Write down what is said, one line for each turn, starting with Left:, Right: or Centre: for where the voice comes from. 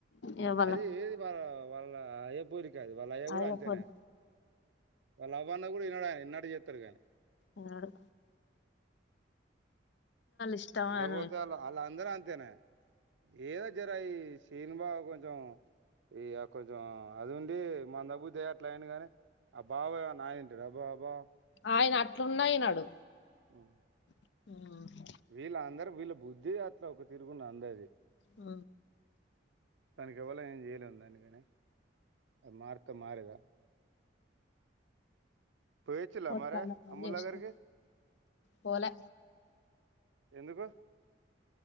Left: ఇవాళ
Right: అది ఏది వాళ్ళ వాళ్ళ అయ్య పోలి వాళ్ళ అయ్య
Left: అయ్యే
Right: గూడా అంతేనే
Left: పొద్దు
Right: వాళ్ళ నువన్న గూడా ఇనడు ఆయన ఇన్నటు చేస్తడు గానీ
Left: ఇనడు ఇష్టం
Right: ఇర
Left: అని
Right: పోతే ఆళ్ళందరూ అం అంతేనే ఏదో జర ఈ సినిమా కొంచెం ఇగ కొంచెం అది ఉండి మందబుద్ది అట్ల అయిండు గాని ఆ భావ ఏంన్నా ఆగిం రబాబా
Left: ఆయన అట్లున్నా యినడు.
Right: అ <inaudible>
Left: మ్
Right: వీళ్ళ అందరూ వీళ్ళ బుద్ధి అట్లా ఒక తిరుగున్నది అందరిది.
Left: ఆ
Right: దానికి ఎవళం ఏం చేయలేం దానికని అది మార్తే మారేదా. పోయివచ్చిలా
Left: పొద్దున్న
Right: మరి
Left: పని
Right: అమ్ములు
Left: చేసి
Right: దగ్గరికి
Left: పోలే
Right: ఎందుకు